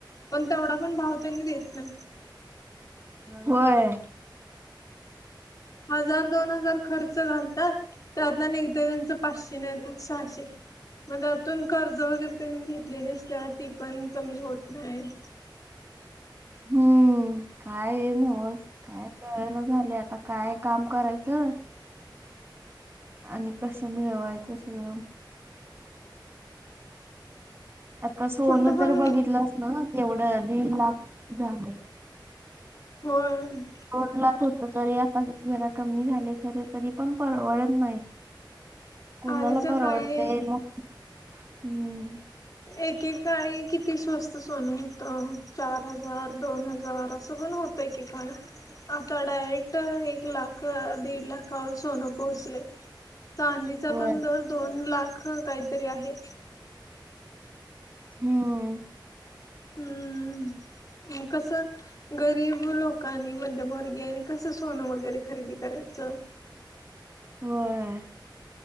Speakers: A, on the left; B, on the right.
A: पण तेवढा पण भाव त्यांनी देत नाहीत.
B: होय.
A: हजार दोन हजार खर्च घालतात त्यातनं निघतंय त्यांचं पाचशे नाहीतर सहाशे मग त्यातुन कर्ज वगैरे त्यानीं घेतलेले असतात ती पण कमी होत नाहीत.
B: हम्म काय नव्हच काय कळना झाले आता काय काम करायचं आणि कसं मिळवायचं सगळं. आता सोनं
A: कुठं पण
B: तर बघितलंस ना एवढं दीड लाख लाग झालय.
A: होय.
B: दोन लाख होत तरी आता जरा कमी झाले खर तरी पण परवडत नाही.
A: <unintelligible>
B: कुणाला परवडतंय
A: काळी
B: मग हम्म.
A: एकेकाळी किती स्वस्त सोन होत चार हजार दोन हजार. स पण होतय एक के काळी. आता डायरेक्ट एक लाख दीड लाखावर सोनं पोहोचलय. चांदीचा
B: होय
A: पण दर दोन लाख काहीतरी आहे.
B: हम्म.
A: हम्म मग कसं गरीब लोकांनी मध्यमवर्गीनी कसं सोनं वगैरे खरेदी करायचं.
B: होय.